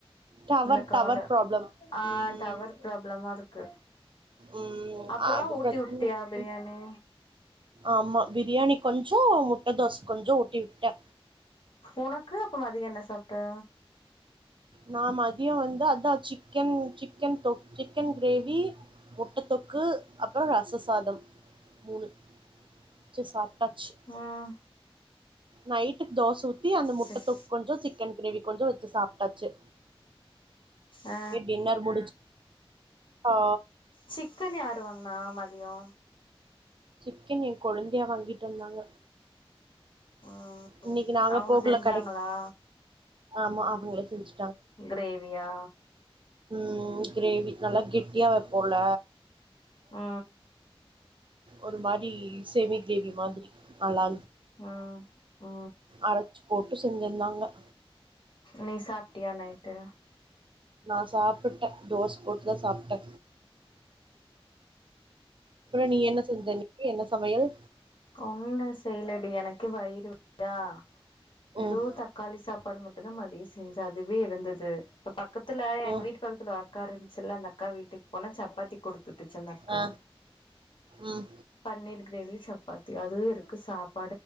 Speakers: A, on the right; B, on the left.
A: டவர்
B: இந்த கால
A: டவர் ப்ராப்ளம்
B: ஆ
A: ம்
B: டவர் ப்ராப்ளமா இருக்கு
A: ம்
B: அப்பறோ
A: அது
B: உட்
A: பிரச்சனை
B: குடுத்தியா
A: இருக்கு.
B: பிரியாணி
A: ஆமா பிரியாணி கொஞ்சோ முட்ட தோச கொஞ்சோ விட்டா
B: உனக்கு அப்ப மதிய என்ன சாப்ட
A: நா மதியம் வந்து அதான் சிக்கன் சிக்கன் தொ சிக்கன் கிரேவி முட்டை தொக்கு அப்புறம் ரசசாதம் மூணு வச்சு சாப் டச்சு
B: ம்
A: நைட்டுக்கு தோச ஊத்தி அந்த முட்ட
B: சரி
A: தொக்கு கொஞ்சோ சிக்கன் கிரேவி கொஞ்சோ வச்சு சாப்டாச்சு
B: ஆ
A: ஏ டின்னர் முடிச்சு ஹா
B: சிக்கன் யாரு வாங்கணா மதியோ
A: சிக்கன் என் கொழுந்தியா வாங்கிட்டு வந்தாங்க
B: ஆ ஹ
A: இன்னைக்கு நாங்க
B: அவங்க
A: போகல
B: செஞ்சாங்களா
A: கடைக்கு ஆமா அவங்களே செஞ்சு
B: கிரேவியா
A: ம் கிரேவி நல்லா கெட்டியா வப்போல்ல
B: ஆ
A: ஒரு மாரி செமி கிரேவி மாதிரி நல்லா
B: ஆ ஆ
A: அரச்சு போட்டு செஞ்சிந்தாங்க
B: நீ சாப்ட்டியா நைட்டு
A: நா சாப்புட்டே தோச போட்டுதா சாப்ட்டே அப்புறோ நீ என்ன செஞ்ச இன்னக்கி என்ன சமையல்
B: ஒன்னு செய்லடி எனக்கே வயி <inaudible> வெறு
A: ம்
B: தக்காளி சாப்பாடு மட்டுதா மதிய செஞ்சே அதுவே இருந்தது ப்ப பப் க்கத்தில எங்க
A: ம்
B: வீட்டு பக்கத்தில ஒரு அக்கா இருஞ் சில்ல அந்த அக்கா வீட்டுக் போனே சப்பாத்தி குடுத்து டுச்சு அந்தக்கா
A: ஆ ம்
B: பன்னீர் கிரேவியு சப் பாத்தி அது இருக்கு சாப்